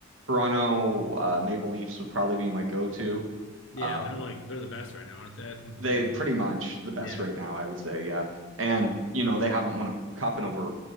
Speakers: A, on the right; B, on the left.
A: Toronto uh, Maple Leafs would probably be my go-to.
B: Yeah,
A: Um,
B: they're like they're the best right now, aren't they? I think they're
A: They
B: the one.
A: pretty much the best
B: Yeah.
A: right now, I would say. Yeah. And, you know, they haven't won a cup in over